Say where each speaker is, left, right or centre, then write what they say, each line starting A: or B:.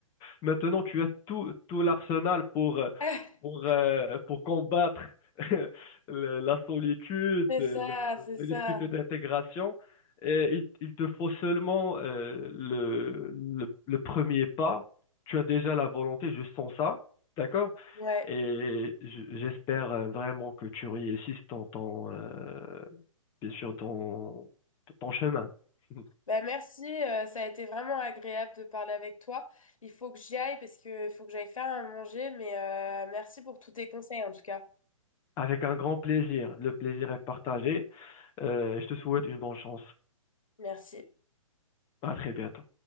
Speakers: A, on the left; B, on the left.
A: Maintenant, tu as tout, tout l'arsenal pour, euh,
B: <laughs>
A: pour, euh, pour combattre <laughs> le- la solitude,
B: C'est
A: la-
B: ça, c'est
A: les
B: ça.
A: difficultés d'intégration. Et il, il te faut seulement euh, le, le, le premier pas. Tu as déjà la volonté, je sens ça, d'accord?
B: Ouais.
A: Et j- j'espère euh, vraiment que tu réussisses dans ton, euh, bien sûr, dans ton chemin. <laughs>
B: Bah, merci, euh, ça a été vraiment agréable de parler avec toi. Il faut que j'y aille parce que il faut que j'aille faire à manger, mais euh, merci pour tous tes conseils en tout cas.
A: Avec un grand plaisir. Le plaisir est partagé. Euh, je te souhaite une bonne chance.
B: Merci.
A: À très bientôt.